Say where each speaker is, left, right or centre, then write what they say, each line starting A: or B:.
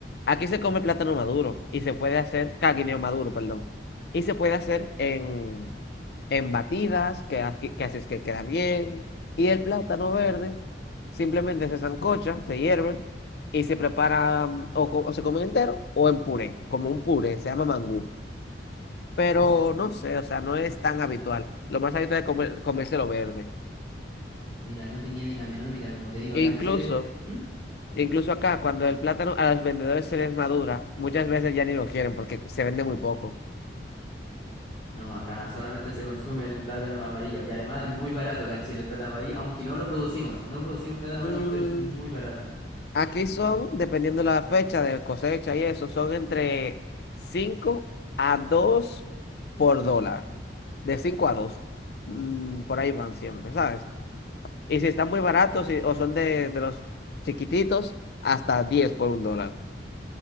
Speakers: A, on the left; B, on the left.
A: aquí se come plátano maduro y se puede hacer, ah, guineo maduro, perdón. Y se puede hacer en, en batidas, que, aquí- que haces que queda bien. Y el plátano verde simplemente se sancocha, se hierve y se prepara mm, o, co- o se come entero o en puré, como un puré, se llama mangú pero
B: ¿Cómo se-
A: no sé, o sea, no es tan habitual. Lo más habitual es comer, comerse lo verde.
B: Mira, no tenía ni la menor idea, como te digo, acá
A: E
B: en
A: incluso,
B: Chile, ¿Mm? Dime.
A: incluso acá, cuando el plátano a los vendedores se les madura, muchas veces ya ni lo quieren porque se vende muy poco.
B: No, acá solamente se consume el plátano amarillo y además es muy barato acá en Chile el plátano amarillo, aunque no lo producimos, no producimos plátano amarillo,
A: Mm,
B: pero es muy barato.
A: aquí son, dependiendo la fecha de cosecha y eso, son entre 5 a 2 por dólar. De 5 a dos Mm, por ahí van siempre, ¿sabes? Y si están muy baratos y- o son de, de los chiquititos, hasta 10 por un dólar.